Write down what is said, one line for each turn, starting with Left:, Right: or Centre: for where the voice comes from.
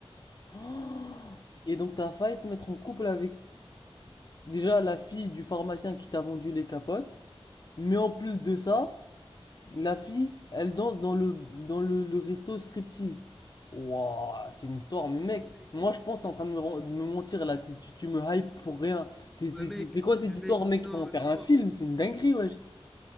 Left: <gasps> Et donc t'as failli te mettre en couple avec déjà la fille du pharmacien qui t'a vendu les capotes, mais en plus de ça, la fille, elle danse dans le dans le, le resto striptease. Wouah, c'est une histoire, mais
Centre: Oh,
Left: mec,
Centre: mec.
Left: moi je pense que t'es en train de me, ren- de me mentir là, tu, tu- tu me hype pour rien. T'es- C'est
Centre: Mais mec,
Left: c'est- c'est quoi cette
Centre: mais
Left: histoire,
Centre: mec,
Left: mec?
Centre: non,
Left: Ils vont en faire un
Centre: non,
Left: film, c'est une dinguerie, wesh.